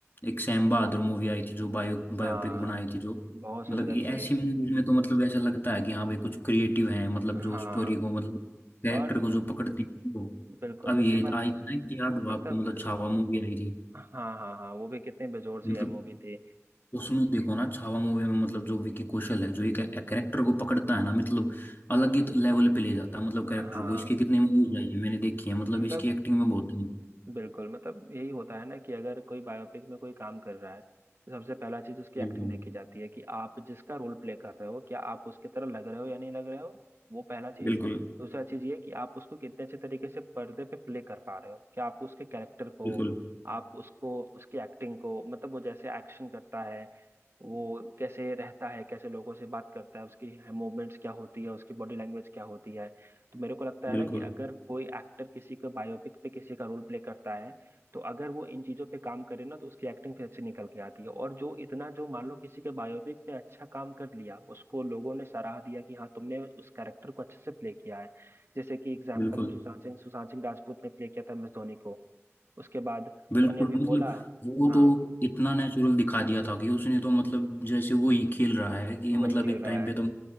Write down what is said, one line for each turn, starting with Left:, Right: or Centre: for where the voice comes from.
Left: एक सैम बहादुर मूवी आई थी जो बायो बायोपिक
Right: हाँ
Left: बनाई थी जो
Right: बहुत सुंदर
Left: मतलब ये
Right: थी
Left: ऐसी मूवीज में तो मतलब ऐसा लगता है कि हाँ भाई कुछ क्रिएटिव है मतलब
Right: हाँ
Left: जो स्टोरी को मतलब कैरेक्टर
Right: और
Left: को जो पकड़ती है वो
Right: बिल्कुल
Left: अब
Right: दूसरी
Left: ये
Right: बात
Left: आई थी ना कि याद हो
Right: मतलब
Left: आपको मतलब छावा मूवी आई थी
Right: हाँ हाँ हाँ वो भी कितनी बेजोर सी
Left: मतलब
Right: है मूवी थी
Left: उसमें देखो ना छावा मूवी में मतलब जो विकी कौशल है जो एक कैरेक्टर को पकड़ता है ना मतलब अलग ही लेवल पे ले जाता है मतलब कैरेक्टर
Right: हाँ
Left: को इसकी कितनी मूवीज आई है मैंने देखी है मतलब
Right: मतलब
Left: इसकी एक्टिंग में बहुत है
Right: बिल्कुल मतलब यही होता है ना कि अगर कोई बायोपिक में कोई काम कर रहा है तो सबसे पहला चीज उसकी
Left: बिल्कुल
Right: एक्टिंग देखी जाती है कि आप जिसका रोल प्ले कर रहे हो क्या आप उसके तरह लग रहे हो या नहीं लग रहे हो वो पहला चीज
Left: बिल्कुल
Right: दूसरा चीज ये कि आप उसको कितने अच्छे तरीके से पर्दे पे प्ले कर पा रहे हो क्या आप उसके कैरेक्टर को
Left: बिल्कुल
Right: आप उसको उसकी एक्टिंग को मतलब वो जैसे एक्शन करता है वो कैसे रहता है कैसे लोगों से बात करता है उसकी मूवमेंट्स क्या होती है उसकी बॉडी लैंग्वेज क्या होती है तो मेरे को लगता है
Left: बिल्कुल
Right: ना कि अगर कोई एक्टर किसी का बायोपिक पे किसी का रोल प्ले करता है तो अगर वो इन चीजों पे काम करे ना तो उसकी एक्टिंग फिर अच्छी निकल के आती है और जो इतना जो मान लो किसी के बायोपिक पे अच्छा काम कर लिया उसको लोगों ने सराह दिया कि हाँ तुमने उस कैरेक्टर को अच्छे से प्ले किया है जैसे कि एग्जाम्पल
Left: बिल्कुल
Right: में सुशांत सिंह सुशांत सिंह राजपूत ने प्ले किया था एम एस धोनी को उसके बाद
Left: बिल्कुल
Right: तुमने अभी
Left: मतलब
Right: बोला
Left: वो
Right: हाँ
Left: तो इतना नेचुरल दिखा दिया था कि उसने तो मतलब जैसे वो ही खेल रहा है कि
Right: वही
Left: मतलब
Right: खेल
Left: एक
Right: रहा
Left: टाइम
Right: है
Left: पे तो